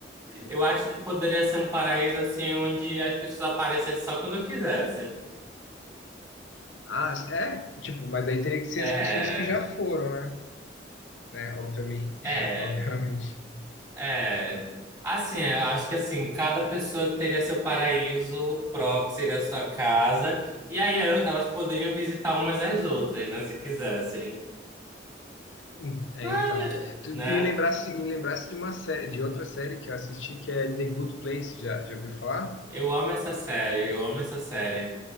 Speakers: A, on the right; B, on the left.
A: Eu acho que poderia ser um paraíso assim onde as pessoas aparecessem só quando quisessem.
B: Ah, é? Tipo, mas daí teria que ser
A: É,
B: as pessoas que já foram, né? Né? Obviamente.
A: é,
B: <laughs> Obviamente.
A: é. Assim, eu acho que assim, cada pessoa teria seu paraíso próprio, seria a sua casa, e aí eh, elas poderiam visitar umas às outras, né, se quisessem.
B: Hum, É,
A: Mas,
B: então. Tu
A: né?
B: me lembrasse, me lembrasse de uma série, de outra série que eu assisti que é The Good Place, já, já ouviu falar?
A: Eu amo essa série, eu amo essa série.